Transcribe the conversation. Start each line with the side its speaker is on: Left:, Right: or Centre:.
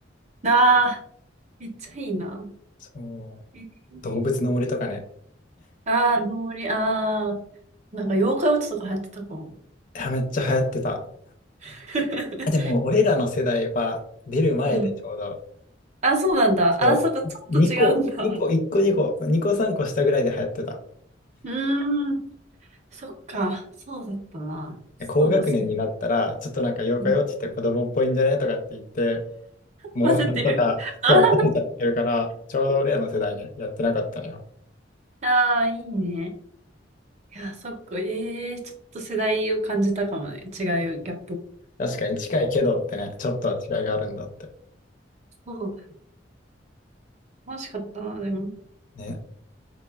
Right: ああ、めっちゃいいな。
Left: そう、
Right: えー
Left: 動物の森とかね。
Right: ああ、ノーリ、ああ、なんか妖怪ウォッチとか流行ってたかも。
Left: いや、めっちゃ流行ってた。
Right: <laughs>
Left: あでも、俺らの世代は出る前でちょうど、
Right: うん。あ、そうなんだ。
Left: そう、
Right: あ、そっか、ちょっと違うんだ。
Left: 2個、2個、1個2個、2個3個下ぐらいで流行ってた。
Right: うーん。そっか。そうだったな。そうだ、
Left: 高学年になったら、
Right: そう。
Left: ちょっとなんか妖怪ウォッチって子供っぽいんじゃねとかって言って、
Right: うん
Left: モンハンとか、
Right: 忘てる。
Left: そう、
Right: あー
Left: 思ってたってるから、ちょうど俺らの世代ね、やってなかったのよ。
Right: あー、いいね。いや、そっか。ええー、ちょっと世代を感じたかもね。違い、ギャップ。
Left: 確かに近いけどってね、ちょっとは違いがあるんだって。
Right: そう。楽しかったな、でも。
Left: ね。